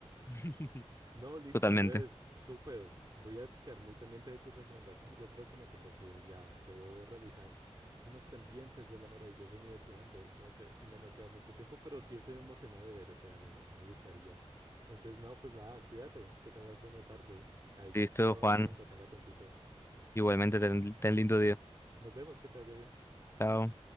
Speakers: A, on the left (about 25°); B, on the right (about 35°).
A: <laughs>
B: No, listo,
A: totalmente.
B: Andrés, súper. Voy a quedar muy pendiente de tu recomendación. Yo creo que me tengo que ir ya. Debo realizar unos pendientes de la maravillosa universidad, entonces como que no me queda mucho tiempo, pero sí estoy emocionado de ver ese anime. Me gustaría. Entonces, no, pues nada, cuídate, que tengas buena tarde. Ahí
A: Listo,
B: te escribo
A: Juan.
B: en cuanto tenga tiempito.
A: Igualmente, ten, ten lindo día.
B: Nos vemos, que te vaya bien.
A: Chao.